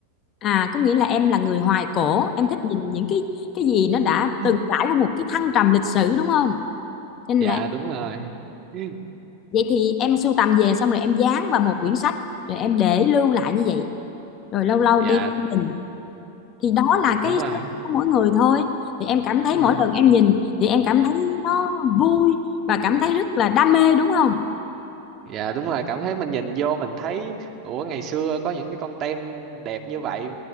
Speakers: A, on the left; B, on the right.
A: à, có nghĩa là em là người hoài cổ, em thích nhìn những cái cái gì nó đã
B: <laughs>
A: từng trải qua một cái thăng trầm lịch sử đúng không? Cho Nên
B: dạ
A: là
B: đúng rồi <laughs>
A: vậy thì em sưu tầm về xong rồi em dán vào một quyển sách rồi em để lưu lại như vậy. Rồi lâu lâu
B: dạ
A: đem đi nhìn thì đó là
B: đúng
A: cái
B: rồi
A: sở thích của mỗi người thôi. Thì em cảm thấy
B: dạ.
A: mỗi lần em nhìn thì em cảm thấy nó vui và cảm thấy rất là đam mê đúng không?
B: Dạ đúng rồi, cảm thấy mình nhìn vô mình thấy ủa ngày xưa có những cái con tem đẹp như vậy